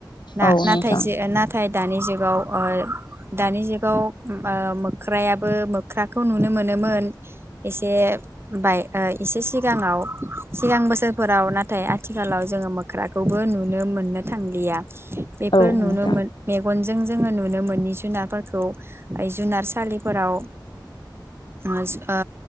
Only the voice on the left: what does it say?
औ नोंथां
औ
नोंथां